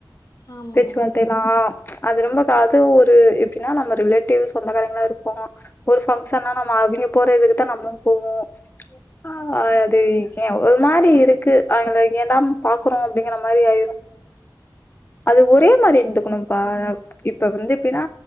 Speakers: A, on the left; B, on the left.
A: ஆமா ஆமா
B: பேச்சுவார்த்தேலா
A: ஆமா
B: அது ரொம்பக்கா அது ஒரு எப்டினா நம்ம ரிலேட்டிவ் சொந்தகாரங்களா இருப்போ ஒரு பங்க்ஷன்னா நம்ம அவிங்க போற இதுக்குதா நம்ளு போவோ ஆ அ து இர்கே ஒரு மாரி இருக்கு அவுங்கல இங்கெல்லாம் பாக்குறோ அப்டிங்கிற மாரி ஆய்ரு அது ஒரே மாரி இர்ந்துக்குணும்பா இப்ப வந்து எப்டினா